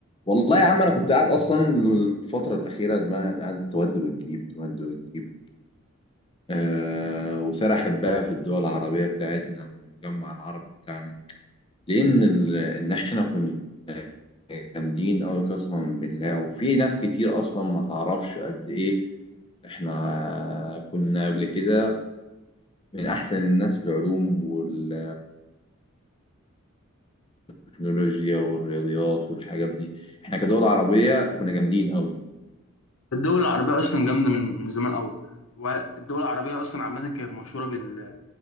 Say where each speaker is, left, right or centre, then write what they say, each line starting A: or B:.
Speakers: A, on the left; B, on the left.
A: والله يا عم انا كنت قاعد اصلا الفتره الاخيره دماغي قاعده تود وتجيب تود وتجيب آه وسرحت بقى في الدول العربيه بتاعتنا والمجمع العربي بتاعنا لان ال- ان احنا كنا جامدين قوي قسما بالله وفي ناس كتير اصلا ما تعرفش قد ايه احنا كنا قبل كده من احسن الناس في العلوم وال- والتكنولوجيا والرياضيات والحاجات دي احنا كدول عربيه كنا جامدين قوي
B: الدول العربية أصلا جامدة من من زمان أوي والدول العربية أصلا عامة كانت مشهورة بال...